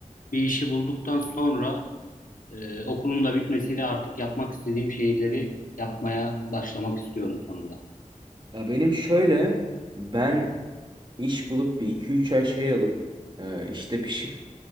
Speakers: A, on the left; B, on the right.
A: bir işi bulduktan sonra e, okulun da bitmesiyle artık yapmak istediğim şeyleri yapmaya başlamak istiyorum sonunda.
B: Ya benim şöyle ben iş bulup bir iki üç ay şey alıp e, işte pişip